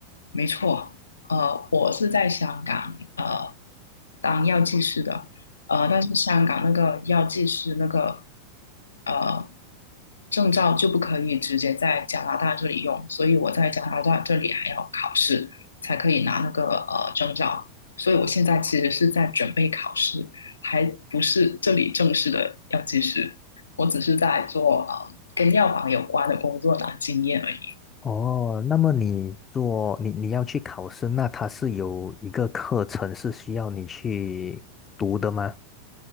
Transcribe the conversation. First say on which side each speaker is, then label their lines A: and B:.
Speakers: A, on the left; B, on the left.
A: 没错，呃，我是在香港呃当药剂师的，呃，但是香港那个药剂师那个呃证照就不可以直接在加拿大这里用，所以我在加拿大这里还要考试才可以拿那个呃证照，所以我现在其实是在准备考试，还不是这里正式的药剂师，我只是在做呃跟药房有关的工作拿经验而已。
B: 哦，那么你做你你要去考试，那它是有一个课程是需要你去读的吗？